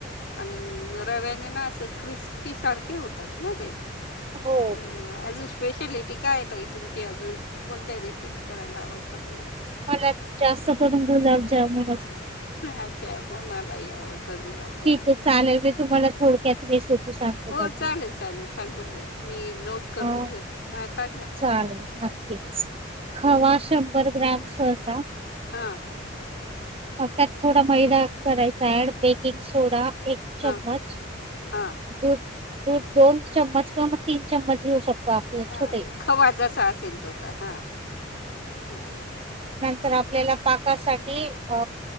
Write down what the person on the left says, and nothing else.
आणि रव्याने ना असं क्रिस्पी सारखे होतात ना ते
अ अजून स्पेशलिटी काय ये ताई तुमची अजून कोणत्या रेसिपी करायला आवडतात
अच्छा पण मलाही आवडतं गुलाब
हो
चालेल चालेल सांगून द्या मी नो नोट करून
ठेवते हा सांगा
हां
ह
हां
हां
हा
खवा जसा असेल तसा हा हा